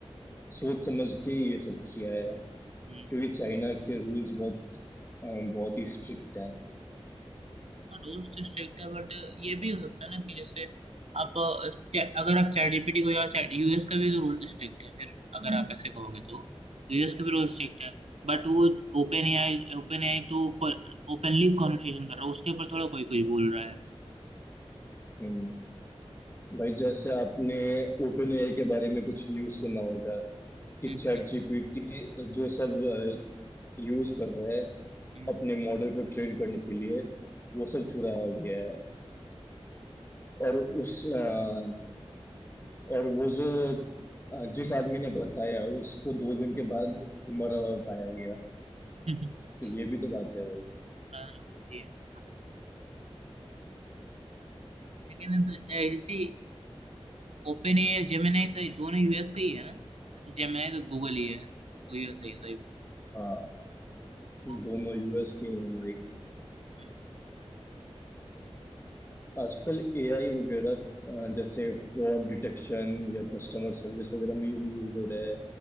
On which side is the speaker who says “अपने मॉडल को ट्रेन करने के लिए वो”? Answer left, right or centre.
Left